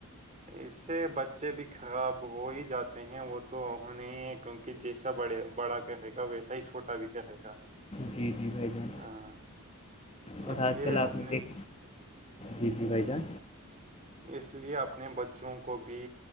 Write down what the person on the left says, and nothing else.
جی جی بھائی جان
اور
آج کل
آپ نے دیکھ جی جی بھائی جان